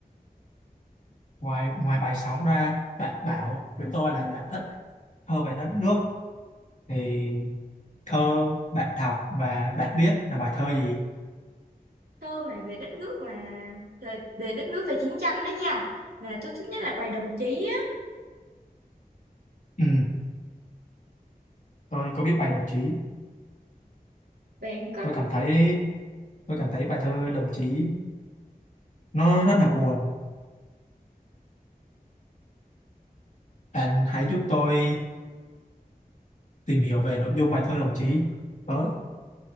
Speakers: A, on the left; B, on the right.
A: ngoài ngoài bài sóng ra bạn bảo với tôi là bạn thích thơ về đất nước thì thơ bạn đọc và bạn biết là bài thơ gì
B: thơ mà về đất nước mà về, về đất nước về chiến tranh đó nha là tôi thích nhất là bài đồng chí á
A: ừ tôi có biết bài đồng chí
B: bạn có
A: tôi cảm thấy Tôi cảm thấy bài thơ Đồng Chí nó rất là buồn. Bạn hãy giúp tôi tìm hiểu về nội dung bài thơ Đồng Chí tới.